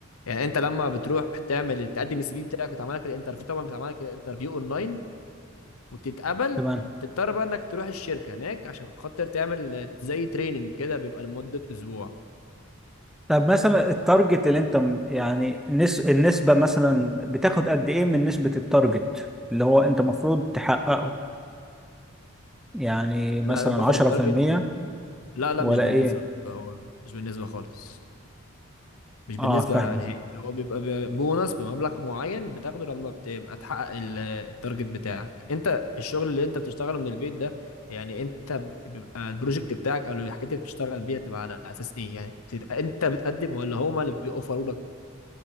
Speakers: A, on the left; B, in the centre.
A: يعني أنت لما بتروح تعمل تقدم السي في بتاعك وتعمل لك الانترفيو طبعا بتعمل لك الانترفيو أونلاين وتتقبل
B: تمام
A: بتضطر بقى إنك تروح الشركة هناك عشان خاطر تعمل زي تريننج كده بيبقى لمدة أسبوع
B: طب مثلا التارجت اللي انت م- يعني نس... النسبة مثلا بتاخد قد ايه من نسبة التارجت اللي هو انت المفروض تحققه يعني مثلا
A: لا أنا باخد
B: 10%
A: التارجت لا لا
B: ولا
A: مش بالنسبة
B: ايه
A: هو مش بالنسبة خالص مش بالنسبة
B: اه فاهمك
A: نهائي هو بيبقى ب- بونص بمبلغ معين بتاخده لما بتبقى تحقق ال- التارجت بتاعك انت الشغل اللي انت بتشتغله من البيت ده يعني انت بيبقى البروجكت بتاعك او الحاجات اللي بتشتغل بيها تبقى على اساس ايه يعني بتت... انت بتقدم ولا هما اللي بيوفروا لك